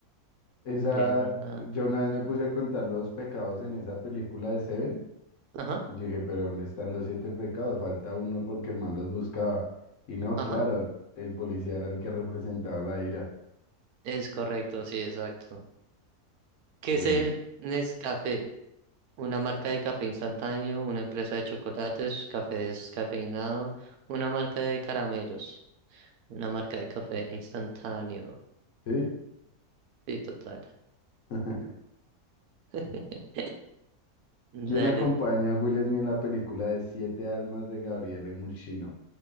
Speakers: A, on the left; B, on the right.
A: Esa,
B: Bien. ah,
A: yo una vez me puse a contar los pecados en esa película de Seven.
B: Ajá,
A: Y yo dije, pero ¿dónde están los siete pecados? Falta uno porque el man los buscaba. Y no,
B: ajá.
A: claro, el policía era el que representaba la ira.
B: Es correcto, sí, exacto. ¿Qué
A: Bueno,
B: es el Nescafé? Una marca de café instantáneo, una empresa de chocolates, café descafeinado, una marca de caramelos, una marca de café instantáneo.
A: ¿sí?
B: Sí, total.
A: <laughs>
B: <laughs> Dale.
A: ¿Quién acompaña a Will Smith en la película de Siete Almas de Gabriele Muchino?